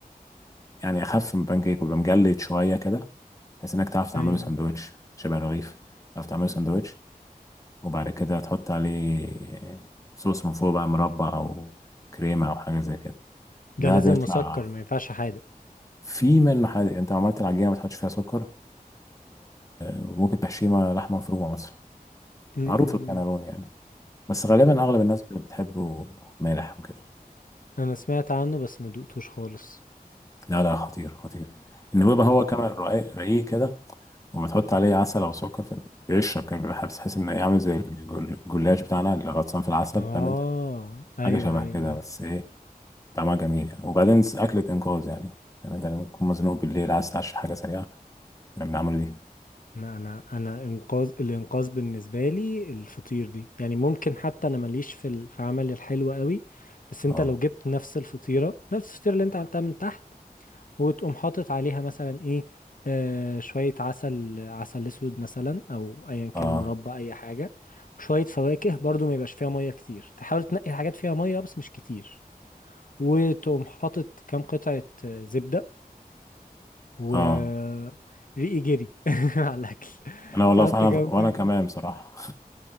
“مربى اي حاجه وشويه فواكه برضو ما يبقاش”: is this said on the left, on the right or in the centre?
Left